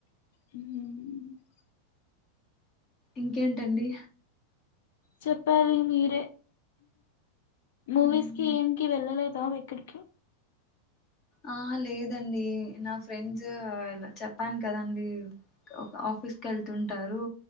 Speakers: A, on the left; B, on the left.
A: మ్మ్
B: ఇంకేంటండి
A: చెప్పాలి మీరే మూవీస్
B: ఉమ్.
A: కి ఏం కి వెళ్ళలేద్ గోవా ఎక్కడికి.
B: ఆహ్ లేదండి నా ఫ్రెండ్స్ చెప్పాను కదండి ఒక ఆఫీస్ కేళ్తుంటారు.